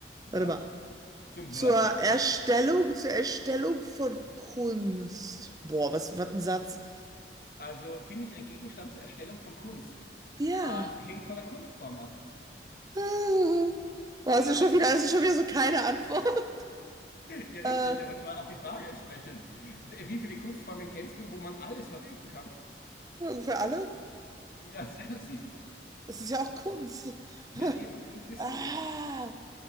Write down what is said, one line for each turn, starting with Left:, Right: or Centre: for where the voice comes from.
Left: Na,
Right: warte mal,
Left: zum
Right: zur
Left: Wurf?
Right: Erstellung,
Left: Na.
Right: zur Erstellung von Kunst? Boah, was, was ein Satz.
Left: Also bin ich ein Gegenstand zur Erstellung von Kunst?
Right: Ja.
Left: Äh, hängt von der Kunstform ab.
Right: <laughs> Ah. Boah,
Left: <laughs>
Right: es ist schon wieder, es ist schon wieder so keine Antwort. <laughs>
Left: Ja, richtig,
Right: Äh,
Left: aber es war auch die Frage entsprechend. Äh, Wie viele Kunstformen kennst du, wo man alles verwenden kann?
Right: für alle.
Left: Nee, Das, <laughs> das siehst du?
Right: Es ist ja auch Kunst. <laughs>
Left: Ja, eben. Kunst ist
Right: Ah,
Left: subjektiv.